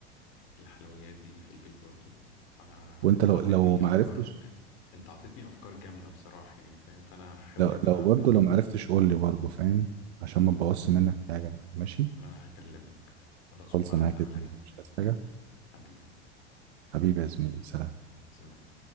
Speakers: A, on the left; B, on the right.
A: الحلويات دي في البيت برضو انا
B: وانت
A: انت
B: لو
A: عطيتني
B: لو ما
A: افكار
B: عرفتش
A: انت عطيتني افكار جامدة بصراحة يعني فاهم فانا هحاول
B: لو
A: ان انا
B: لو
A: اعملها
B: برضه
A: في البيت
B: لو ما عرفتش قول لي برضه فاهم عشان
A: خلاص
B: ما تبوظش منك حاجه يعني. ماشي
A: ما انا هكلمك خلاص
B: خلص
A: وبعد
B: معاك
A: عليا
B: يا زميلي مش عايز حاجه
A: حبيبي
B: حبيبي يا زميلي سلام
A: سلام